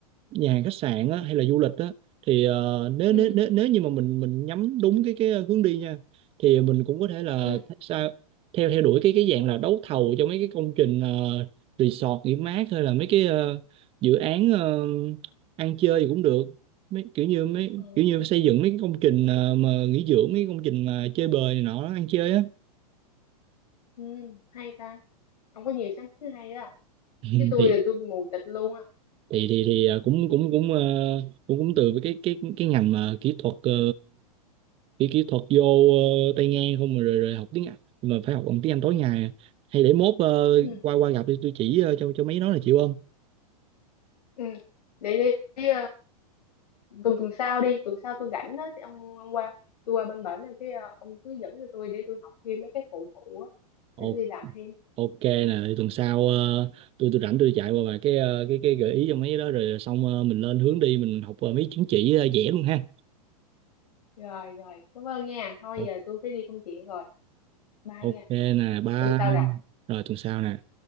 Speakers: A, on the right; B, on the left.
A: nhà hàng khách sạn á, hay là du lịch á thì ờ, nếu
B: ừ
A: nếu nếu nếu như mà mình mình nhắm đúng cái cái hướng đi nha thì mình cũng có thể là
B: ừ
A: th- sao theo theo đuổi cái cái dạng là đấu thầu cho mấy cái công trình ờ, resort nghỉ mát hay là mấy cái ờ, dự án ờ, ăn chơi thì cũng được mấy kiểu như mấy
B: ờ,
A: kiểu như xây dựng mấy cái công trình ờ, mà nghỉ dưỡng mấy cái công trình mà chơi bời này nọ ăn chơi á <laughs>
B: ừ hay ta không có nhiều sáng kiến hay đó
A: Ừ,
B: chứ tôi
A: thì
B: là tôi mù tịt luôn á
A: thì thì thì ờ, cũng cũng cũng ờ, cũng cũng từ với cái cái cái ngành mà kỹ thuật ờ, kỹ kỹ thuật vô ờ, tay ngang không mà rồi rồi học tiếng Anh mà phải học bằng tiếng Anh tối ngày à. hay để mốt ờ,
B: ừ
A: qua qua gặp đi tôi chỉ ờ, cho cho mấy nó là chịu không
B: ừ để đi tuần tuần sau đi tuần sau tôi rảnh á thì ông ông qua tôi qua bên bển rồi cái ờ, ông hướng dẫn cho tôi để tôi học thêm mấy cái phụ phụ á
A: Ồ,
B: để tôi đi làm thêm
A: ok nè thì tuần sau ờ, tôi tôi rảnh tôi chạy qua vài cái ờ, cái cái gợi ý cho mấy cái đó rồi xong ờ, mình lên hướng đi mình học ờ, mấy chứng chỉ ờ, vẽ luôn ha
B: rồi rồi cảm ơn nha thôi
A: Ồ,
B: giờ tôi phải đi công chuyện rồi bye
A: ok
B: nha
A: nè bye
B: tuần sau gặp
A: rồi tuần sau nè